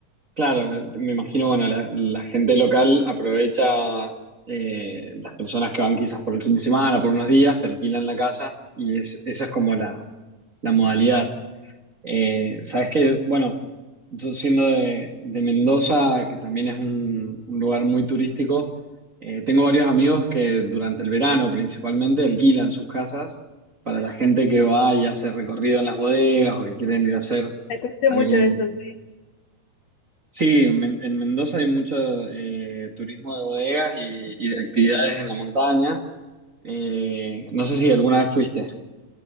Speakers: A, on the right; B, on the left.
A: claro. Me imagino, bueno, la, la gente local aprovecha eh, las personas que van quizás por el fin de semana, por unos días, te alquilan la casa y es, esa es como la, la modalidad. Eh, sabes que, bueno, yo siendo de, de Mendoza, que también es un, un lugar muy turístico, eh, tengo varios amigos que durante el verano principalmente alquilan sus casas para la gente que va y hace recorrido en las bodegas o que quieren ir a hacer
B: Escuché
A: algún...
B: mucho eso, sí.
A: Sí, en, Men- en Mendoza hay mucho eh, turismo de bodegas y, y de actividades en la montaña. Eh, no sé si alguna vez fuiste.